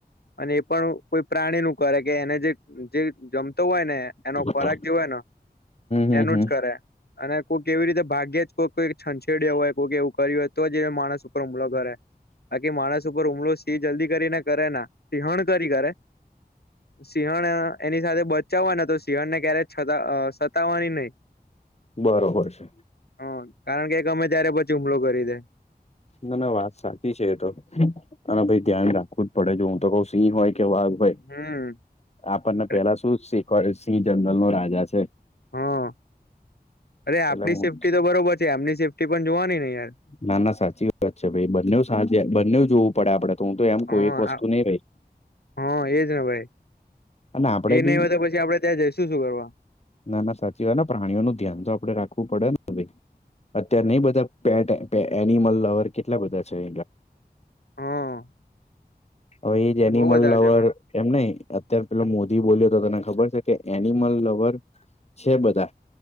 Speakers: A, on the left; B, on the left.
A: અને એ પણ કોઈ પ્રાણી નું કરે કે એને જે જમતો હોય ને એનો
B: હમ
A: ખોરાક જે હોય ને
B: હમ
A: એનું
B: હમ
A: જ કરે અને કોઈ કેવી રીતે ભાગ્યે જ કોઈઈ છંછેડ હોય કોઈક એવું કર્યું હોય તો જ એ માણસ ઉપર હુમલો કરે આકી માણસ ઉપર હમલો છે જલ્દી કરીને કરે ના સિંહણ કરી કરે સિંહણ એની સાથે બચ્ ચ્ચ હોયના તો સિંહળને ક્યારેતા સતાવાની નહીં
B: બરોબર છે
A: હ કારણ કે એક અમે ત્યારે પછી હુમલો કરી દે.
B: ના ના વાત સાચી છે એતો. અને ભઈ ધ્યાન રાખવું જ પડે જો હું તો કઉ સિંહ હોય કે વાઘ ભાઈ
A: હમ
B: આપણને
A: અરે
B: પેલા શું શિખવાડ્યું સિંહ જગલ નો રાજા છે.
A: હા અરે આપણી
B: એટલે હું
A: સેફ્ટી તો બરોબર છે આમની સેફ્ટી પણ જોવાની ને યાર
B: ના ના સાચી વાત છે ભાઈ બંને સાંજે બંને જોવું પડે આપડે તો હું તો એમ કોઈ
A: હા
B: એક વસ્તુ
A: આ-
B: નહી રઈ
A: હા એજ ને ભાઈ,
B: અને આપડે
A: એ નહી
B: બી
A: હો તો પછી આપડે ત્યાં જઈ શું શું કરવા
B: નાના સાચી હોય પ્રાણીઓ નું ધ્યાન તો આપડે રાખવું પડે ને ભાઈ અત્યારે નહી બધા પે એનિમલ લવર કેટલા બધા છે.
A: હા.
B: હવે એ જ એનિમલ
A: બહુ બધા
B: લવર
A: છે ભાઈ
B: એમ નહિ અ અત્યારે પેલા મોદી બોલ્યો તો તને ખબર છે કે એનિમલ લવર છે બધા